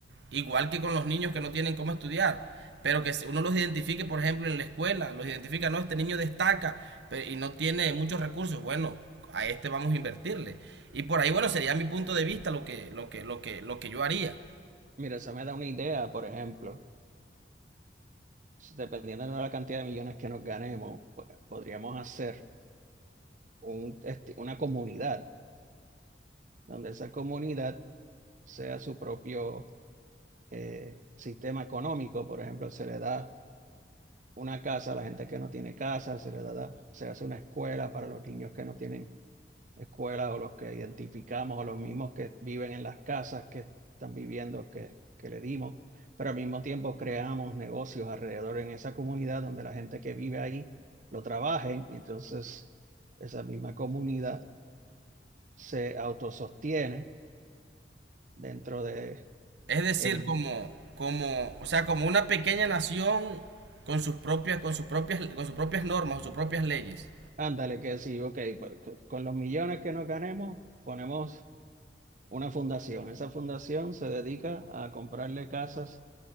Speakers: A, on the right; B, on the right.
A: Igual que con los niños que no tienen cómo estudiar, pero que uno los identifique, por ejemplo, en la escuela, los identifica, no, este niño destaca pe- y no tiene muchos recursos, bueno, a este vamos a invertirle. Y por ahí, bueno, sería mi punto de vista lo que, lo que, lo que, lo que yo haría.
B: Mira, eso me da una idea, por ejemplo, si dependiendo de la cantidad de millones que nos ganemos, pues, podríamos hacer un, este, una comunidad donde esa comunidad sea su propio eh, sistema económico, por ejemplo, se le da una casa a la gente que no tiene casa, se le da, se hace una escuela para los niños que no tienen escuela o los que identificamos o los mismos que viven en las casas que están viviendo que, que le dimos, pero al mismo tiempo creamos negocios alrededor en esa comunidad donde la gente que vive ahí lo trabajen y entonces esa misma comunidad se autosostiene dentro de
A: Es decir,
B: el,
A: como, como, o sea, como una pequeña nación con sus propias, con sus propias, con sus propias normas, sus propias leyes.
B: ándale, que decir, ok, pues, con los millones que nos ganemos, ponemos una fundación. Esa fundación se dedica a comprarle casas